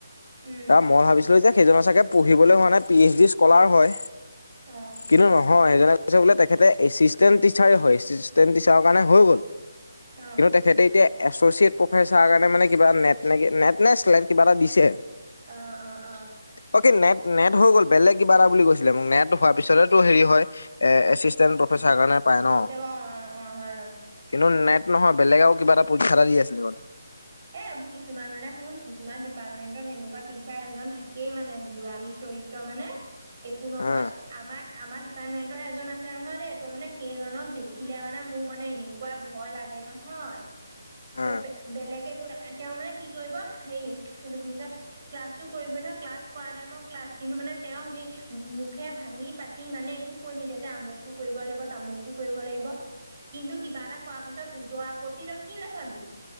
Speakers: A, on the right (about 45°); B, on the left (about 65°).
A: উম
B: এ, মই ভাবিছিলোঁ, যে সেইজনৰ চাগে পঢ়িবলৈ হোৱা নাই, পি এইচ ডি স্কলাৰ হয়।
A: অ'।
B: কিন্তু নহয়, সেইজনে কৈছে বোলে, তেখেতে এচিষ্টেণ্ট টিচাৰেই হয়, এছিষ্টেণ্ট টিচাৰৰ কাৰণে হৈ গ'ল
A: অ
B: কিন্তু তেখেতে এতিয়া এছচিয়েট প্ৰফেচাৰৰ কাৰণে মানে কিবা নেট, নে, নেট নে চেক্ট কিবা এটা দিছে।
A: অ, অ, অ'।
B: অ', কি নেট, নেট হৈ গ'ল, বেলেগ কিবা এটা বুলি কৈছিলে মোক, নেট হোৱাৰ পিছতহে তোৰ হেৰি হয়। এছিষ্টেণ্ট প্ৰফেচাৰ কাৰণে পায়
A: এচিষ্টেম
B: ন'।
A: অ অ অ হয় অ
B: কিন্তু নেট নহয়, বেলেগে আৰু কিবা এটা পৰীক্ষা এটা দি আছিলে মানে।
A: এ, এইবোৰ কিছুমান মানে শুন, কিছুমান ডিপাৰ্টমেণ্টত এনেকুৱা টিচাৰ এজন থাকেই মানে, গুড়ামী চৰিত্ৰ। ত' মানে একো নকয়,
B: উম
A: আমাৰ, আমাৰ এপাৰ্টমেণ্টৰ এজন আছে নহয় দেই তোৰ মানে সেইজনক দেখিলে মানে মোৰ মানে এনেকুৱা ভয় লাগে নহয়
B: উম
A: ত' বেলেগে একো নাই তেওঁ মানে কি কৰিব হেৰি এইটো কলো যে ক্লাছটো কৰিবই নহয় ক্লাছ কৰা টাইমত ক্লাছ কিন্তু মানে তেওঁ সেই মুখে ভাঙি পাতি মানে একো কৈ নিদিয়ে যে আমুকটো কৰিব লাগিব তামুকটো কৰিব লাগিব।
B: <inaudible>
A: কিন্তু কিবা এটা কৰা পিছত ওজৰাপতি তই কি নাচাবি